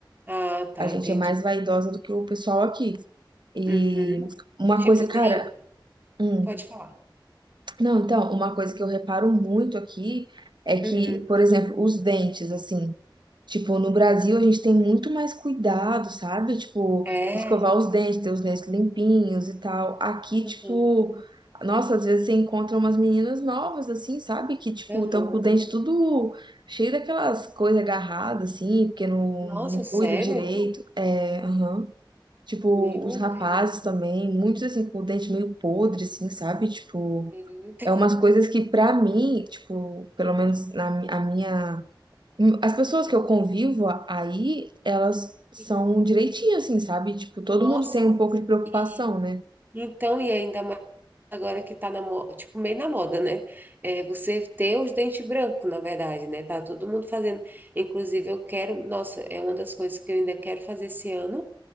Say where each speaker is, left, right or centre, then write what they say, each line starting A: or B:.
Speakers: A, on the right; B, on the right.
A: Ah, tá,
B: A gente
A: entendi.
B: é mais vaidosa do que o pessoal aqui. E
A: Uhum.
B: uma
A: Tipo,
B: coisa,
A: tem...
B: cara, hum,
A: pode falar.
B: não, então, uma coisa que eu reparo muito aqui é que,
A: Uhum.
B: por exemplo, os dentes, assim. Tipo, no Brasil a gente tem muito mais cuidado, sabe? Tipo,
A: É.
B: escovar os dentes, ter os dentes limpinhos e tal. Aqui,
A: Uhum.
B: tipo, nossa, às vezes você encontra umas meninas novas, assim, sabe? Que, tipo,
A: Uhum.
B: estão com o dente tudo cheio daquelas coisas agarradas, assim, porque não,
A: Nossa,
B: não
A: sério?
B: cuida direito. É, aham. Tipo,
A: Meu
B: os rapazes
A: Deus,
B: também, muitos, assim, com o dente meio podre, assim, sabe? Tipo,
A: meu Deus.
B: é umas coisas que, pra mim, tipo, pelo menos na mi- a minha as pessoas que eu convivo a- aí, elas são
A: Sim.
B: direitinho, assim, sabe? Tipo, todo
A: Nossa.
B: mundo tem um pouco de preocupação,
A: E
B: né?
A: então, e ainda mais. agora que tá na moda, tipo, meio na moda, né? É você ter os dentes brancos, na verdade, né? Tá todo mundo fazendo. Inclusive, eu quero, nossa, é uma das coisas que eu ainda quero fazer esse ano,